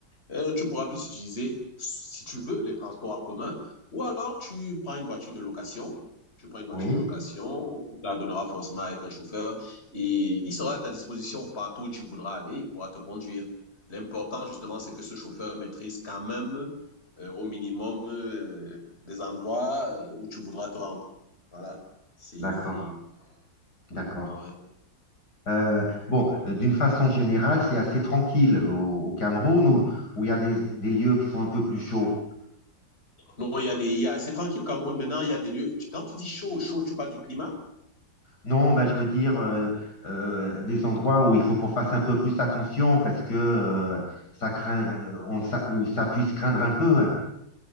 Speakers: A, on the left; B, on the left.
A: Euh, tu pourras plus utiliser, si tu veux, les transports en commun. Ou alors, tu prends une voiture de location. Tu prends une voiture
B: Oui,
A: de location, tu la donneras forcément avec un chauffeur et il sera à ta disposition partout où tu voudras aller, il pourra te conduire. L'important, justement, c'est que ce chauffeur maîtrise quand même euh, au minimum euh, les endroits euh, où tu voudras te rendre. Voilà. C'est.
B: d'accord,
A: c'est-
B: d'accord.
A: c'est ça, ouais.
B: Euh, bon, euh, d'une façon générale, c'est assez tranquille au, au Cameroun où, où il y a des, des lieux qui sont un peu plus chauds.
A: Non, il y a des. il y a- C'est tranquille, Cameroun. Maintenant, il y a des lieux. tu- Quand tu dis chaud, chaud, tu parles du climat.
B: Non, bah, je veux dire euh, euh, des endroits où il faut qu'on fasse un peu plus attention parce que euh, ça craint, euh, on, ça, où ça puisse craindre un peu. hein.